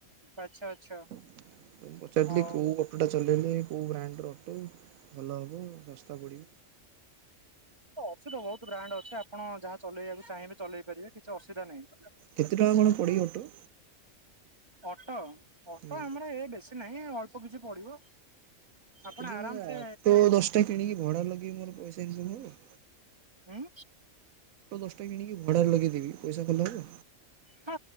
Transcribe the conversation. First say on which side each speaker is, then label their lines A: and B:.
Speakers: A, on the right; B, on the right.
A: ଆଚ୍ଛା ଆଚ୍ଛା
B: ତ ପଚାରଥିଲି
A: ହଉ।
B: କୋଉ ଅଟୋଟା ଚଲେଇଲେ କଉ ବ୍ରାଣ୍ଡର ଅଟୋ ଭଲ ହବ ଶସ୍ତା ପଡ଼ିବ?
A: ଅଛିତ ବହୁତ ବ୍ରାଣ୍ଡ ଅଛି। ଆପଣ ଯାହା ଚଲେଇବାକୁ ଚାହିଁବେ ଚଲେଇ ପାରିବେ କିଛି ଅସୁିବିଧା ନାହିଁ।
B: କେତେ ଟଙ୍କା କଣ ପଡ଼ିିବ ଅଟୋ?
A: ଅଟୋ ଅଟୋ
B: ହୁଁ।
A: ଆମର ଏ ବେଶୀ ନାହିଁ ଅଳ୍ପ କିଛି ପଡିବ। ଆପଣ
B: ଯଦି
A: ଆରାମ
B: ମୁଁ ଅଟୋ
A: ସେ
B: ଦଶଟା କିଣିକି ଭଡା ଲଗେଇବି ମୋର ପଇସା ଇନ୍‌କମ ହବ।
A: ହୁଁ।
B: ଦଶଟା କିଣିକି ଭଡ଼ାରେ ଲଗେଇଦେବି ପଇସା ଭଲ ହବ?
A: ହଁ